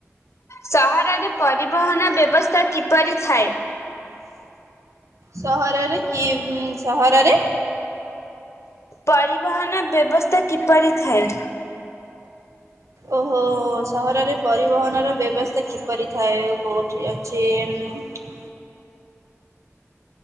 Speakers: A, on the left; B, on the right.
A: ସହରରେ ପରିବହନ ବ୍ୟବସ୍ଥା କିପରି ଥାଏ?
B: ସହରରେ କି ସହରରେ?
A: ପରିବହନ ବ୍ୟବସ୍ଥା କିପରି ଥାଏ?
B: ଓହୋଃ ସହରରେ ପରିବହନର ବ୍ୟବସ୍ଥା କିପରି ଥାଏ? କୋଉଠି ଅଛି ଏ କ